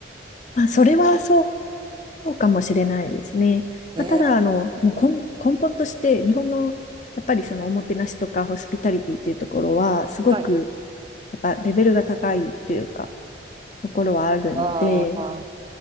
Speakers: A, on the left; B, on the right.
A: まあ、それはそうかもしれないですね。
B: えー、
A: まあ、ただ、あの、もう根根本として、日本の、やっぱりそのおもてなしとかホスピタリティというところは、すごく、
B: はい。
A: やっぱレベルが高いというか、ところはあるので、
B: ああー、